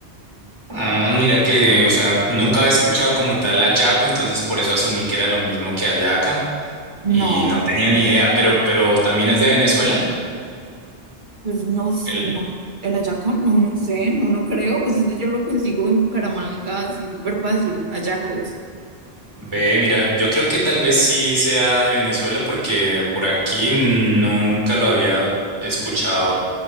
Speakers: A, on the right; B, on the right.
A: Ah, mira que, o sea, nunca había escuchado como tal hallaco, entonces por eso asumí que era lo mismo que hallaca y
B: No,
A: no tenía ni idea, pero, pero también es de Venezuela.
B: pues no, s-
A: El,
B: no, el hallaco no, no sé, no, no creo, pues eso yo lo consigo en Bucaramanga, así súper fácil, hallacos.
A: Ve, mira, yo creo que tal vez sí sea de Venezuela porque por aquí nunca lo había escuchado,